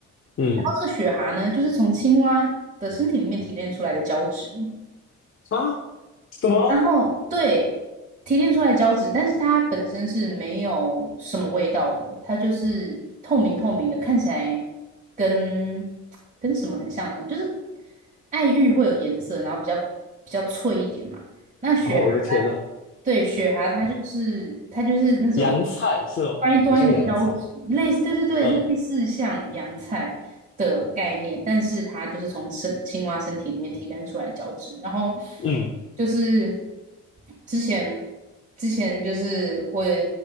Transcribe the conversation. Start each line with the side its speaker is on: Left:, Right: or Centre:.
Left: 嗯
Right: 后这个雪蛤呢，就是从青蛙的身体里面提炼出来的胶质。
Left: 啊，什么？
Right: 然后对，提炼出来胶质，但是它本身是没有什么味道的，它就是透明透明的，看起来跟跟什么很像呢？就是爱玉会有颜色，然后比较比较脆一点嘛。那雪蛤它，
Left: 哦，我的天呐，
Right: 对，雪蛤它就是它就是那种
Left: 洋菜是哦，
Right: 端一端一的胶质，
Left: 很像洋菜。
Right: 类似，对对对，
Left: 嗯
Right: 类似像洋菜的概念，但是它就是从身青蛙身体里面提炼出来的胶质。然后
Left: 嗯
Right: 就是之前之前就是我，